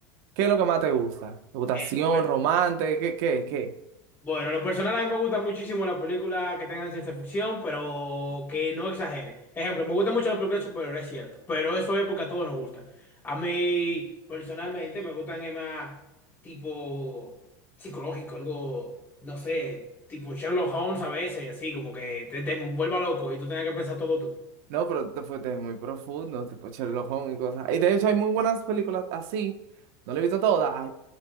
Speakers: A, on the right; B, on the left.
A: ¿Qué es lo que más te gusta? ¿Te gusta
B: Eh,
A: acción, romance? ¿Qué, qué, qué?
B: Bueno, lo personal a mí me gustan muchísimo las películas que tengan ciencia ficción, pero que no exagere. Ejemplo, me gustan mucho las películas de superhéroes, es cierto, pero eso es porque a todos nos gustan. A mí, personalmente, me gustan eh, más tipo psicológico, algo, no sé, tipo Sherlock Holmes a veces, así como que te, te vuelva loco y tú tengas que pensar todo tú.
A: No, pero te fuiste muy profundo, tipo Sherlock Holmes y cosas. Y de hecho hay muy buenas películas así. No las he visto todas. ay,